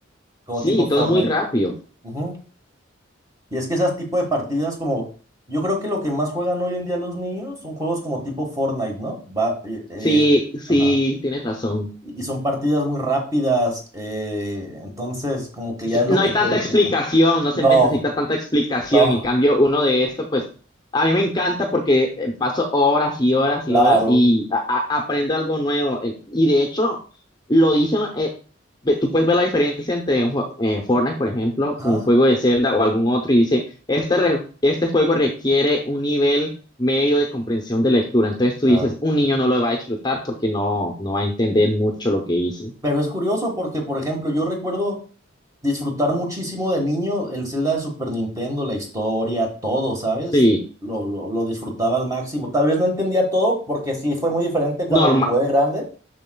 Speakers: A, on the right; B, on the left.
A: como
B: sí,
A: tipo
B: todo
A: Fortnite.
B: es muy rápido.
A: Ujú. Y es que esas tipo de partidas como, yo creo que lo que más juegan hoy en día los niños son juegos como tipo Fortnite, ¿no? Va, eh, eh,
B: Sí, sí,
A: ajá.
B: tienes razón.
A: Y y son partidas muy rápidas, eh, entonces como que ya es lo
B: no
A: que
B: hay tanta
A: quieren
B: explicación,
A: siempre.
B: no
A: No,
B: se necesita tanta explicación.
A: no,
B: En cambio, uno de esto pues, a mí me encanta porque eh, paso horas y horas
A: claro.
B: y horas y a- a- aprendo algo nuevo. Eh, Y de hecho, lo dicen, eh, ve- tú puedes ver la diferencia entre un jue- eh, Fortnite, por ejemplo,
A: Ajá,
B: con un juego de Zelda o algún otro y dice, este, re- este juego requiere un nivel medio de comprensión de lectura. Entonces tú
A: claro.
B: dices, un niño no lo va a disfrutar porque no, no va a entender mucho lo que hizo.
A: Pero es curioso porque, por ejemplo, yo recuerdo disfrutar muchísimo de niño el Zelda de Super Nintendo, la historia, todo, ¿sabes?
B: Sí,
A: Lo, lo, lo disfrutaba al máximo. Tal vez no entendía todo porque sí fue muy diferente cuando
B: normal,
A: lo jugué de grande,